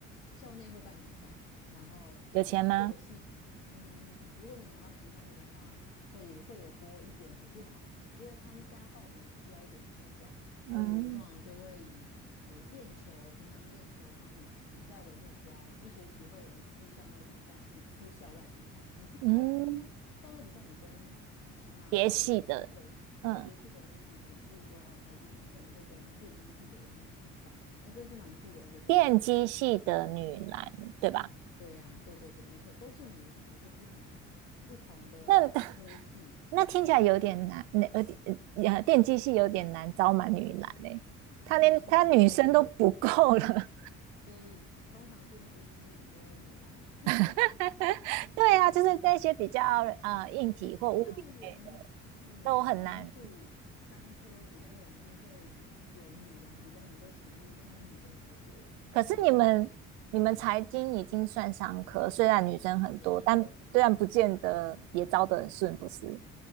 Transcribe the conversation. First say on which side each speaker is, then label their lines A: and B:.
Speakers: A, on the left; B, on the right.
A: 校内会办比赛，然后
B: 有钱吗？
A: 各个系里嗯，如果你拿到前三名的话，会会有拨一点补助款，因为参加报名也是要一点钱这样，
B: 嗯
A: 所以我们通常就会以诶练球，平常练球，然后以比赛为目标，一学期会有一次校内比赛，一次校外比赛，很酷哦，
B: 嗯。
A: 因为校内比赛你跟其他的系队。
B: 别系的，嗯，
A: 对别系的人一起比，例如说哦，财经你可能会跟电机系的人一起比赛，哎，这是蛮酷的一个交流。
B: 电机系的女篮，对吧？
A: 对呀、对对对，没错，都是女篮，只是不同不同的科系。
B: 那那听起来有点难，那有点呃，电机系有点难招满女篮嘞、欸她连她女生都不够了。
A: 没错，你说对了。所以通常电机系没有女篮，<laughs>
B: <laughs> 对啊，就是那些比较呃硬体或物理类的
A: 比较文，嗯，
B: 都很难。
A: 文组三科比较容易会有女篮比较能够成立，因为她的女生比较多。
B: 可是你们你们财经已经算商科，
A: 那你说自然，嗯，
B: 虽然女生很多，
A: 这三科
B: 但虽然不见得也招得很顺，不是？